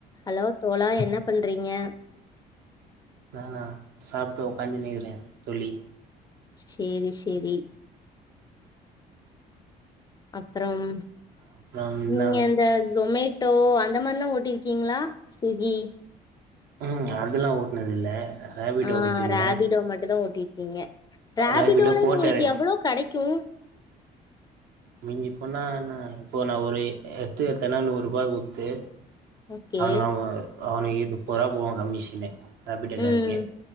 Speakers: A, on the left; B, on the right.
A: Hello தோழா என்ன பண் றீங்க
B: நானா சாப்ட்டு உக்காந்துனுக்குற தொல்லி
A: சேரி சேரி அப்றம்
B: அப்றோ என்னா
A: நீங்க அந்த ஜொமேட் டோ அந்த மாரில்லா ஓட்டிர்க்கீங்களா ஸ்விகி
B: ம் அதுலா ஓட்னதில்ல ரேபிட்டோ
A: ஆ
B: ஓட்டிருக்கே
A: ராபிடோ மட்டுந்தா ஓட்டிர்க்கீங்க ராபிடோல
B: ரேபிட்டோ போட்டாரு
A: நீ உங்களுக்கு எவ்வளோ கெடைக்கு
B: மிஞ்சி போனா நா இப்போ நா ஒரு எடத்துக் எட்த்தனா நூறுபாகுத்து
A: ஓகே
B: அனு அவ அவன ஏத் முப்பருவா போவா கம்மிஷனே ராபிடோ காரன்க்கே
A: ம்